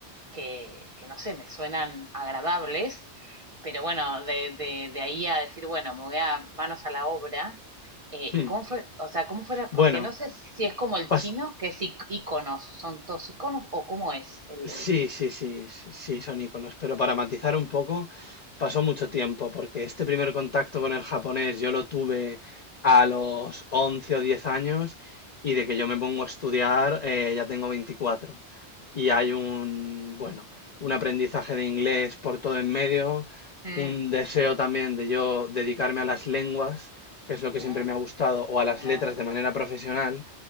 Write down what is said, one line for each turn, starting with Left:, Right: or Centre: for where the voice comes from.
Right: que, que, no sé, me suenan agradables, pero bueno, de, de, de ahí a decir, bueno, me voy a manos a la obra. eh,
Left: Hmm.
Right: ¿y cómo fue, o sea, cómo fuera? Porque
Left: Bueno,
Right: no sé si es como el
Left: pas-
Right: chino, que es ic- iconos, son todos iconos, o cómo es el,
Left: Sí,
Right: el...
Left: sí, sí, s- sí, son iconos. Pero para matizar un poco, pasó mucho tiempo, porque este primer contacto con el japonés yo lo tuve a los 11 o 10 años y de que yo me pongo a estudiar eh, ya tengo 24. Y hay un, bueno, un aprendizaje de inglés por todo en medio,
Right: Mm,
Left: un deseo también de yo dedicarme a las lenguas, que es lo que siempre
Right: ah,
Left: me ha gustado, o a las
Right: ah.
Left: letras de manera profesional.